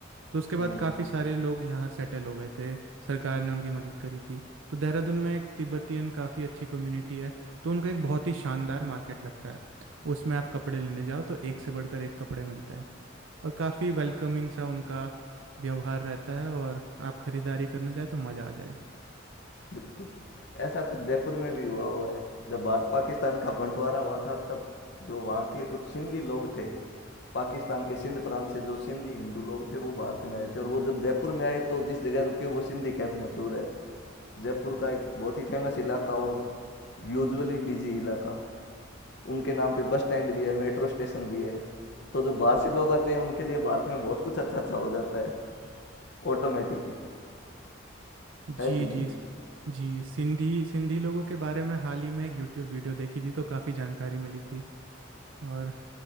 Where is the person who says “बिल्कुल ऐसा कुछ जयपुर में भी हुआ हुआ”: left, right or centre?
Left